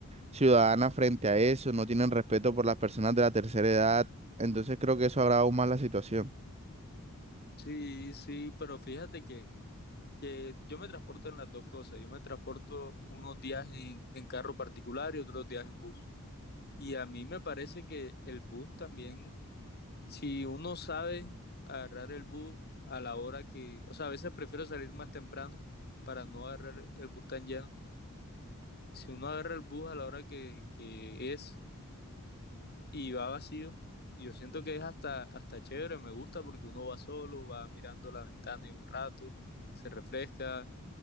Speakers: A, on the right; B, on the left.
A: ciudadana frente a eso, no tienen respeto por las personas de la tercera edad, entonces creo que eso agrava aún más la situación.
B: Sí, sí, pero fíjate que, que yo me transporto en las dos cosas. Yo me transporto unos días en, en carro particular y otros días en bus. Y a mí me parece que el bus también, si uno sabe agarrar el bus a la hora que, o sea, a veces prefiero salir más temprano para no agarrar el bus tan lleno. Si uno agarra el bus a la hora que, que es, y va vacío. Yo siento que es hasta, hasta chévere, me gusta porque uno va solo, va mirando la ventana y un rato, se refresca